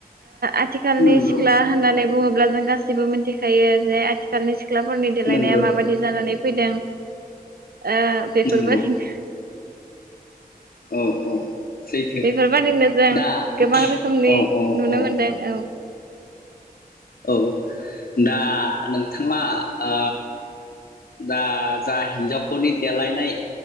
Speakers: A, on the right; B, on the left.
A: आथिखालनि
B: नंगौ
A: सिख्ला होननानै बुङोब्ला जों गासिबो मोनथिखायो जे आथिखालनि सिख सिख्लाफोरनि देलायनाया
B: नंगौ
A: माबायदि जानानै फैदों। ओ बेफोरबादिनो
B: नंगौ औ औ सैथो
A: बेफोरबादिनो जों
B: दा
A: गोबां रोखोमनि
B: औ
A: नुनो
B: औ औ
A: मोनदों औ।
B: औ दा नोंथाङा ओ दा जा हिन्जावफोरनि देलायनाय